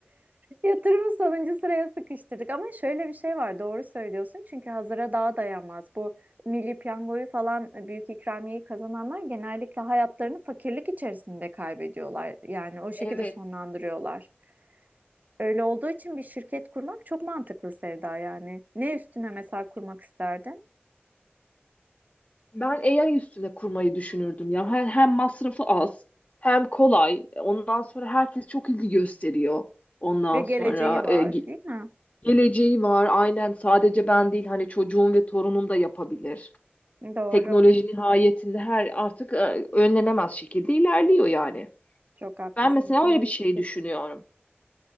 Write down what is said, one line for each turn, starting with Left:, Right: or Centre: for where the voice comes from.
Right: yatırımı sonuncu sıraya sıkıştırdık ama şöyle bir şey var, doğru söylüyorsun çünkü hazıra daha dayanmaz. Bu milli piyangoyu falan e, büyük ikramiyeyi kazananlar genellikle hayatlarını fakirlik içerisinde kaybediyorlar. Yani o şekilde
Left: Evet.
Right: sonlandırıyorlar. Öyle olduğu için bir şirket kurmak çok mantıklı Sevda yani. Ne üstüne mesela kurmak isterdin?
Left: Ben AI üstüne kurmayı düşünürdüm ya. Hem, hem masrafı az, hem kolay. Ondan sonra herkes çok ilgi gösteriyor. Ondan
Right: Ve geleceği
Left: sonra
Right: var,
Left: e, ge-
Right: değil mi?
Left: geleceği var. Aynen sadece ben değil hani çocuğum ve torunum da yapabilir.
Right: Doğru,
Left: Teknoloji nihayetinde her artık e, önlenemez şekilde ilerliyor yani.
Right: çok haklısın.
Left: Ben mesela
Right: İyi
Left: öyle
Right: bir
Left: bir şey
Right: fikir.
Left: düşünüyorum.